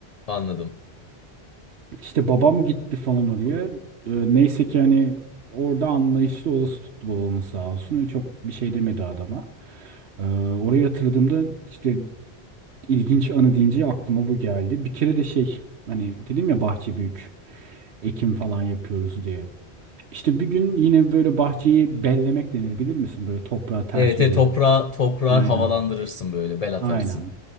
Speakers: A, on the left; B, on the right.
A: anladım.
B: İşte babam gitti falan oraya. Ee, neyse ki hani orada anlayışlı olası tuttu babamın sağ olsun. Öyle Çok bir şey demedi adama. Ee, orayı hatırladığımda işte ilginç anı deyince aklıma bu geldi. Bir kere de şey hani dedim ya bahçe büyük. Ekim falan yapıyoruz diye. İşte bir gün yine böyle bahçeyi bellemek denir bilir misin? Böyle toprağı ters
A: Evet,
B: yüz
A: evet
B: edin.
A: toprağa toprağı
B: Aynen.
A: havalandırırsın böyle bel
B: Aynen.
A: atarsın.